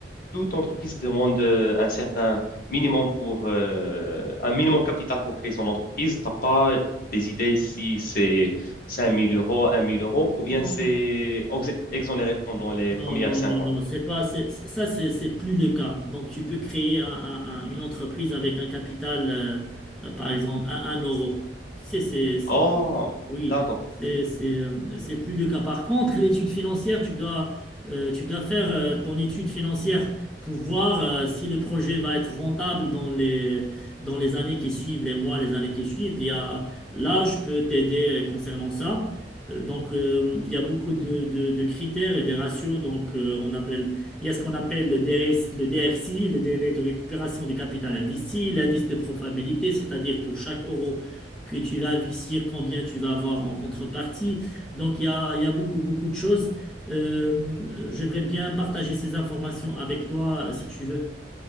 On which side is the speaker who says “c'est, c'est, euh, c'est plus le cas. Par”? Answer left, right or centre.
Centre